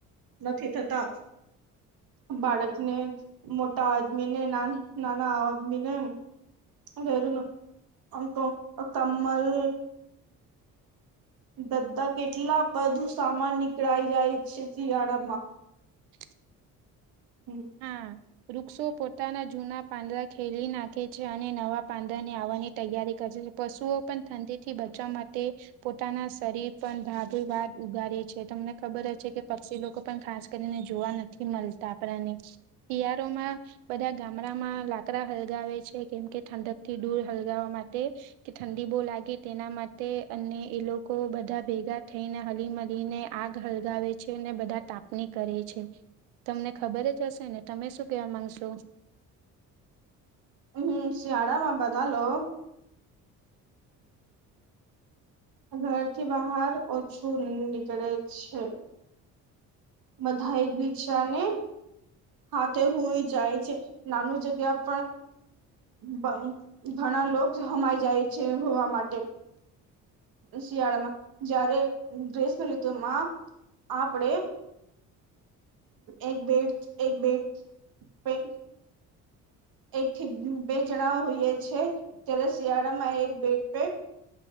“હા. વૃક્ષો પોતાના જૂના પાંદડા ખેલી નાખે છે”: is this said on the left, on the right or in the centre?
Right